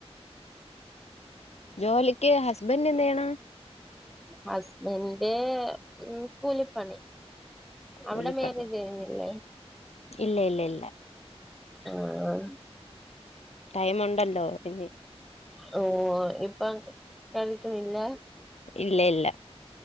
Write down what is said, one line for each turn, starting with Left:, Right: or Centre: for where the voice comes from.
Left: ജോലിക്ക് ഹസ്ബൻഡ് എന്തെയ്യെണ്
Centre: ഹസ്ബന്റ് മ് കൂലിപ്പണി
Left: കൂലിപ്പണി
Centre: അവിടെ മേരേജ് കഴിഞ്ഞില്ലേ
Left: ഇല്ല ഇല്ല ഇല്ല
Centre: ആഹ് ആഹ്
Left: ടൈമുണ്ടല്ലോ ഇനി
Centre: ഓ ഇപ്പം കഴിക്കുന്നില്ല
Left: ഇല്ല ഇല്ല